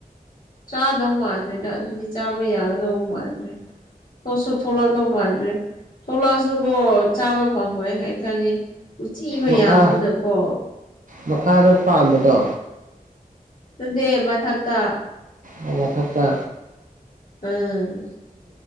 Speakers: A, on the left; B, on the right.
A: ꯆꯥꯗꯧ ꯃꯥꯜꯂꯤ ꯅ ꯑꯗꯨꯗꯤ ꯆꯥꯕ ꯌꯥꯒꯗꯕ ꯃꯥꯟꯗ꯭ꯔꯦ ꯊꯣꯛꯁꯨ ꯊꯣꯛꯂꯛꯗꯧ ꯃꯥꯟꯗ꯭ꯔꯦ ꯊꯣꯂꯛꯑꯁꯨ ꯀꯣ ꯆꯥꯕ ꯐꯪꯉꯣꯏ ꯑꯩ ꯈꯪꯉꯤ ꯎꯆꯤ ꯃꯌꯥꯝꯗꯨꯅꯀꯣ
B: ꯃꯈꯥ ꯃꯈꯥꯗ ꯄꯥꯝꯕꯗꯣ
A: ꯅꯠꯇꯦ ꯃꯊꯛꯇ
B: ꯑꯣ ꯃꯊꯛꯇꯥ
A: ꯑꯥ